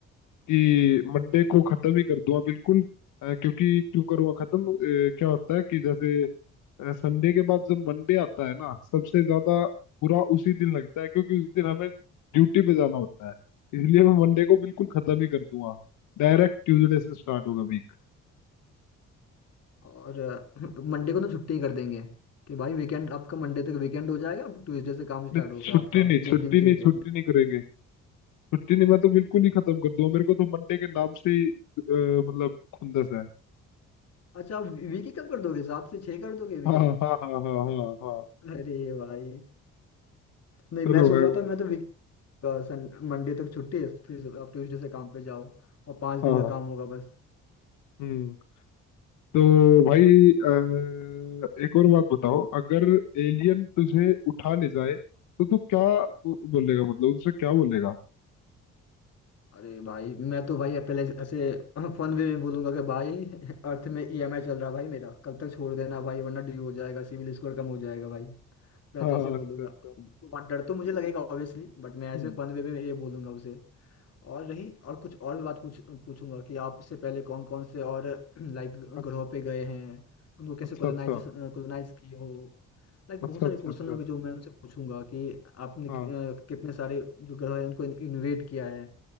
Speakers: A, on the left (about 85°); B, on the left (about 55°).
A: कि मंडे को खत्म ही कर दूंगा बिल्कुल अ, क्योंकि क्यों करूँगा खत्म अ, क्या होता है कि जैसे संडे के बाद जब मंडे आता है ना सबसे ज्यादा बुरा उसी दिन लगता है क्योंकि उस दिन हमें ड्यूटी पे जाना होता है इसलिए मैं मंडे को बिल्कुल खत्म ही कर दूंगा डायरेक्ट ट्यूसडे से स्टार्ट होगा वीक
B: और अ, मंडे को ना छुट्टी कर देंगे कि भाई वीकेंड आपका मंडे तक वीकेंड हो जाएगा ट्यूसडे से काम स्टार्ट
A: नहीं
B: होगा
A: छुट्टी
B: आपका
A: नहीं
B: तीन
A: छुट्टी
B: दिन के
A: नहीं
B: वीकेंड
A: छुट्टी नहीं करेंगे छुट्टी नहीं मैं तो बिल्कुल ही खत्म कर दूंगा मेरे को तो मंडे के नाम से ही अ, मतलब खुंदस है
B: अच्छा आप वीक ही कब कर दोगे सात से छः कर दोगे
A: हाँ
B: वीक
A: हाँ
B: आप
A: हाँ हाँ हाँ हाँ
B: अरे भाई नहीं
A: चलो
B: मैं सोच
A: हाँ
B: रहा था मैं तो का सन मंडे तक छुट्टी है फिर आप ट्यूसडे से काम पे जाओ और पाँच दिन
A: हाँ
B: का
A: हाँ,
B: काम होगा बस
A: हम्म तो भाई अ, एक और बात बताओ अगर एलियन तुझे उठा ले जाए तो तू क्या बोलेगा मतलब उनसे क्या बोलेगा
B: अरे भाई मैं तो भाई पहले ऐसे फन वे में बोलूंगा कि भाई अर्थ में ईएमआई चल रहा है भाई मेरा कल तक छोड़ देना भाई वरना ड्यू हो जाएगा सिविल स्कोर कम हो जाएगा भाई मैं
A: हाँ
B: तो ऐसे बोलूंगा
A: अच्छा अच्छा
B: तो वहाँ डर तो मुझे लगेगा ऑब्वियसली बट मैं ऐसे
A: हम्म
B: फन वे में ये बोलूंगा उसे और रही और कुछ और बात पूछ पूछूंगा कि आप इससे पहले कौन कौन से और <clears throat> लाइक
A: अच्छा
B: ग्रहों पे गए हैं उनको
A: अच्छा
B: कैसे कॉलोनाइज
A: अच्छा
B: कॉलोनाइज किए हो लाइक
A: अच्छा
B: बहुत सारे
A: अच्छा
B: क्वेश्चन
A: अच्छा
B: होंगे जो मैं उनसे पूछूंगा कि आपने
A: हाँ
B: कि- अ, कितने सारे जो ग्रह हैं उनको इन्वेट किया है